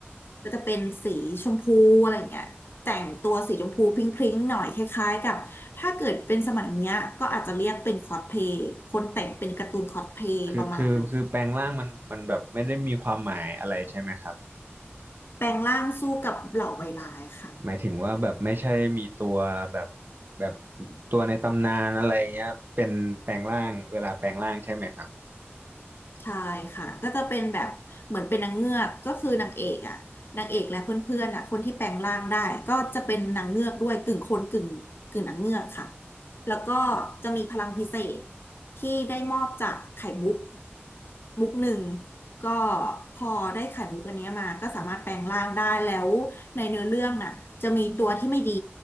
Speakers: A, on the left; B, on the right.
A: ก็จะเป็นสีชมพูอะไรเงี้ยแต่งตัวสีชมพูพริ้งๆหน่อยคล้ายๆกับถ้าเกิดเป็นสมัยเนี้ยก็อาจจะเรียกเป็นคอสเพลย์คนแต่งเป็นการ์ตูนคอสเพลย์ประมาณนั้น
B: คือคือคือแปลงร่างมันมันแบบไม่ได้มีความหมายอะไรใช่ไหมครับ
A: แปลงร่างสู้กับเหล่าไวร้ายค่ะ
B: หมายถึงว่าแบบไม่ใช่มีตัวแบบแบบตัวในตำนานอะไรเงี้ยเป็นแปลงร่างเวลาแปลงร่างใช่ไหมครับ
A: ใช่ค่ะก็จะเป็นแบบเหมือนเป็นนางเงือกก็คือนางเอกอ่ะนางเอกและเพื่อนๆอ่ะคนที่แปลงร่างได้ก็จะเป็นนางเงือกด้วยกึ่งคนกึ่งกึ่งนางเงือกค่ะแล้วก็จะมีพลังพิเศษที่ได้มอบจากไข่มุกมุกหนึ่งก็พอได้ไข่มุกอันเนี้ยมาก็สามารถแปลงร่างได้แล้วในเนื้อเรื่องน่ะจะมีตัวที่ไม่ดี